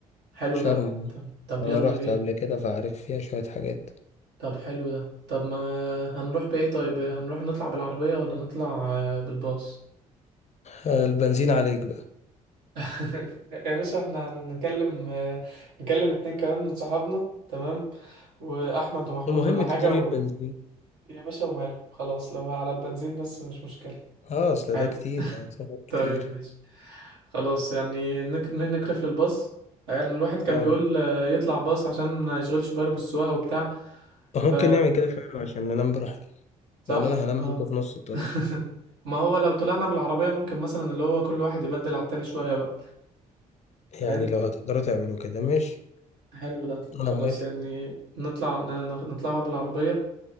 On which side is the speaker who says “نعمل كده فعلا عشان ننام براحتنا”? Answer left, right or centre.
Left